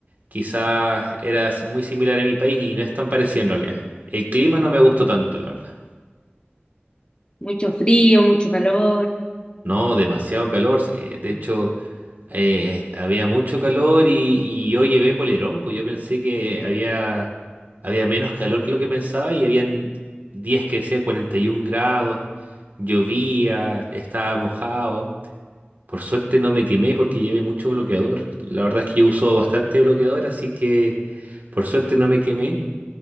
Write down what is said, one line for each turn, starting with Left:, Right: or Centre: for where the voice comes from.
Right: quizás era si, muy similar a mi país y no es tan parecido en realidad. El clima no me gustó tanto, la verdad.
Left: Mucho frío, mucho calor.
Right: No, demasiado calor. eh, de hecho... Eh, había mucho calor y, y yo llevé polerón, pues yo pensé que había, había menos calor que lo que pensaba y habían días que decía 41 grados, llovía, estaba mojado. Por suerte no me quemé porque llevé mucho bloqueador. La verdad es que yo uso bastante bloqueador, así que por suerte no me quemé.